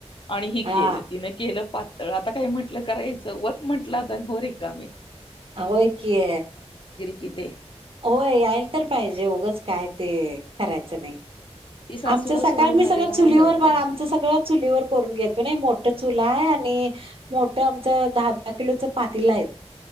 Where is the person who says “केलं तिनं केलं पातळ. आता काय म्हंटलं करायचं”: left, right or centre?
Left